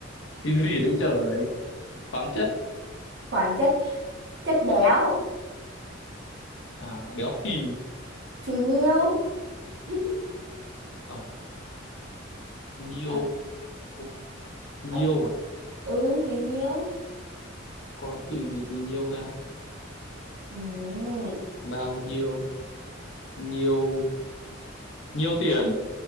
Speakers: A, on the left; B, on the right.
A: cái gì đấy trời khoáng chất
B: khoáng chất, chất béo,
A: à, béo phì
B: phì nhiêu. <laughs>
A: ờ nhiêu
B: À,
A: Ô, nhiêu
B: ơ,
A: à
B: ừ, phì nhiêu.
A: có từ gì từ nhiêu ta
B: Ừ.
A: bao nhiêu nhiêu nhiêu tiền